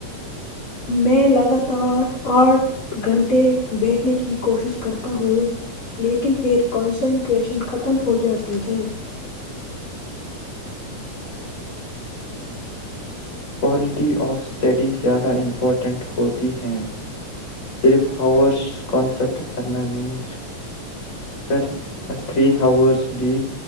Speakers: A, on the left; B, on the left.
A: میں لگاتار آٹھ گھنٹے بیٹھنے کی کوشش کرتا ہوں لیکن پھر کنسنٹریشن ختم ہو جاتی ہے
B: کوالٹی آف اسٹڈی زیادہ امپورٹنٹ ہوتی ہیں صرف ہاورس کانسیپٹ کرنا نہیں اگر تھری ہاورس بھی